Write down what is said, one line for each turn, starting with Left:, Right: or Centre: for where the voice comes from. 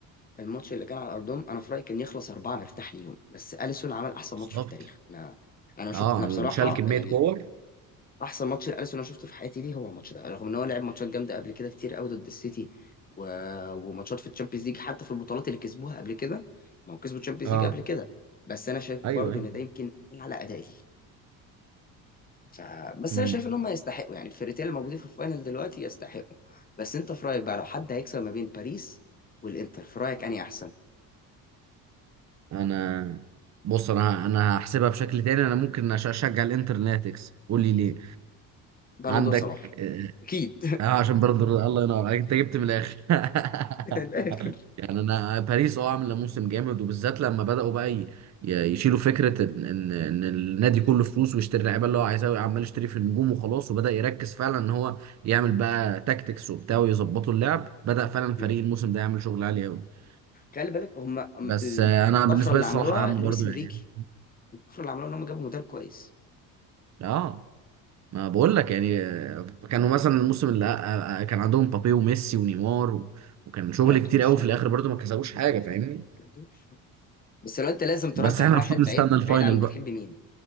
Left: الماتش اللي كان على ارضهم انا في رايي كان يخلص اربعه نرتاح ليهم بس اليسون عمل احسن
Right: بالظبط
Left: ماتش في التاريخ انا انا شفت
Right: اه
Left: انا بصراحه
Right: شال كميه
Left: يعني
Right: كور
Left: احسن ماتش لاليسون انا شفته في حياتي ليه هو الماتش ده رغم ان هو لعب ماتشات جامده قبل كده كتير قوي ضد السيتي و... وماتشات في الشامبيونز ليج حتى في البطولات اللي كسبوها قبل كده ما هو كسبوا الشامبيونز
Right: اه
Left: ليج قبل كده بس انا شايف برضو
Right: ايوه ايوه
Left: ان ده يمكن على ادائي ف... بس
Right: مم.
Left: انا شايف ان هم يستحقوا يعني الفرقتين اللي موجودين في الفاينل دلوقتي يستحقوا بس انت في رايك بقى لو حد هيكسب ما بين باريس والانتر في رايك انهي احسن
Right: انا بص انا انا هحسبها بشكل تاني انا ممكن أش- اشجع الانتر إنها تكسب قول لي ليه
Left: بالون
Right: عندك
Left: دور صلاح
Right: اه
Left: اكيد
Right: آه، عشان برضه الله ينور عليك انت جبت من الاخر
Left: <laughs> من الاخر
Right: <laughs> يعني انا باريس اه عامله موسم جامد وبالذات لما بداوا بقى ي- ي- يشيلوا فكره ان ان إن النادي كله فلوس ويشتري اللعيبه اللي هو عايزها عمال يشتري في النجوم وخلاص وبدا يركز فعلا ان هو يعمل بقى تاكتكس وبتاع ويظبطوا اللعب بدا فعلا فريق
Left: مم.
Right: الموسم ده يعمل شغل عالي قوي
Left: خلي بالك هم
Right: بس آه، انا
Left: الطفره
Right: بالنسبه
Left: اللي
Right: لي الصراحه
Left: عملوها
Right: اهم
Left: لويس
Right: برضو
Left: انريكي
Right: يعني
Left: الكفر اللي عملوه ان هم جابوا مدرب كويس
Right: اه ما بقول لك يعني آه، كانوا مثلا الموسم اللي آه، آه، كان عندهم بابي وميسي ونيمار و- وكان شغل
Left: ما قدوش
Right: كتير قوي في
Left: لا
Right: الاخر برضو ما كسبوش حاجه فاهمني
Left: ما قدوش بس لو انت لازم ترجح
Right: بس احنا المفروض
Left: واحد بعيد
Right: نستنى الفاينل
Left: بعيد عن
Right: بقى
Left: بتحب مين